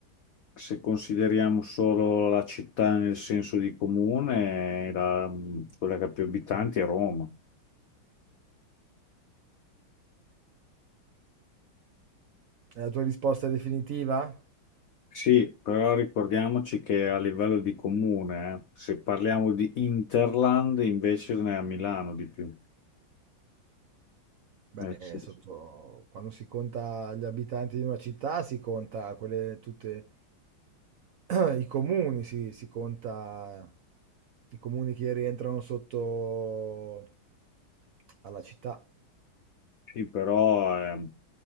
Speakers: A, on the left; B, on the right.
A: se consideriamo solo la città nel senso di comune, la- mm, quella che ha più abitanti è Roma.
B: È la tua risposta definitiva?
A: Sì, però ricordiamoci che a livello di comune, eh, se parliamo di Interland, invece ne è a Milano di più.
B: Beh,
A: Nel senso-
B: eh, sotto quando si conta gli abitanti di una città, si conta quelle tutte <clears throat> i comuni, si, si conta i comuni che rientrano sotto alla città.
A: Sì, però ehm,